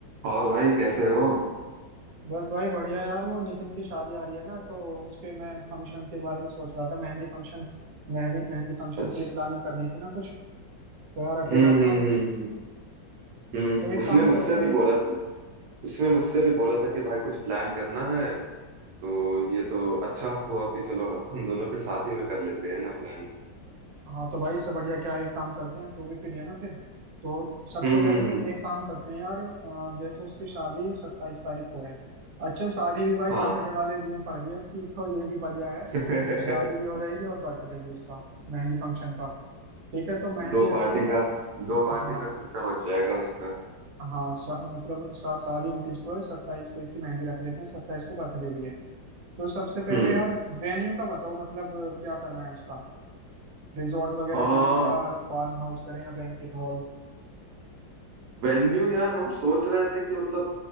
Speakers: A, on the right; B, on the right.
A: और भाई कैसे हो
B: बस भाई बढ़िया यार वो नितिन की शादी आ रही है ना तो उसके मैं फंक्शन के बारे में सोच रहा था मेहंदी फंक्शन मेहंदी मेहंदी फंक्शन
A: अच्छा
B: के लिए प्लानिंग करनी थी ना कुछ तो यार अकेला
A: हम्म हम्म
B: था
A: हम्म हम्म हम्म।
B: तो एक
A: उसने
B: काम
A: मुझसे
B: करते
A: भी
B: हैं
A: बोला था उसने मुझसे भी बोला था कि भाई कुछ प्लान करना है तो ये तो अच्छा हुआ कि चलो हम दोनों फिर साथ ही में कर लेते हैं ना प्लान
B: हाँ तो भाई इससे बढ़िया क्या है एक काम करते हैं तो भी फ्री है ना फिर तो सबसे
A: हम्म
B: पहले
A: हम्म
B: मैं
A: हम्म
B: एक काम करते हैं यार अ, जैसे उसकी शादी सत्ताईस तारीख को है अच्छा शादी भी भाई
A: हाँ
B: बर्थडे वाले दिन पड़ रही है उसकी <laughs> तो ये भी बढ़िया है
A: <laughs>
B: शादी भी हो रहेगी और बर्थडे भी उसका मेहंदी फंक्शन का ठीक है तो मेहंदी
A: दो
B: रखते
A: पार्टी
B: हैं
A: का दो पार्टी
B: हाँ
A: का खर्चा बच जाएगा उसका
B: हाँ सा, मतलब सा, सारी उनतीस को है सत्ताईस को इसकी मेहंदी रख लेते हैं सत्ताईस को बर्थडे भी है तो सबसे पहले
A: हम्म
B: यार वेन्यू का बताओ मतलब क्या करना है उसका रिजॉर्ट वगैरह
A: आ,
B: करें या फार्म हाउस करें या बैंकेट हॉल
A: वेन्यू यार हम सोच रहे थे कि मतलब